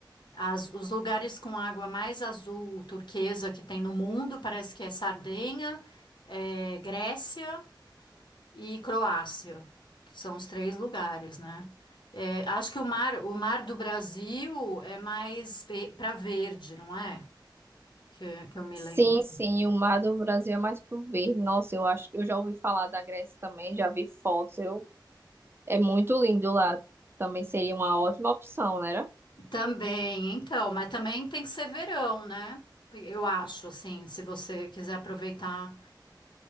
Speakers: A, on the left; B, on the right.
A: As- os lugares com água mais azul turquesa que tem no mundo parece que é Sardenha, eh, Grécia e Croácia, que são os três lugares, né? Eh, acho que o mar, o mar do Brasil é mais para verde, não é? que, que eu me
B: Sim,
A: lembro.
B: sim, o mar do Brasil é mais pro verde. Nossa, eu acho que eu já ouvi falar da Grécia também, já vi fotos. Eu... É muito lindo lá. Também seria uma ótima opção, né?
A: Também, então, mas também tem que ser verão, né? Eu acho, assim, se você quiser aproveitar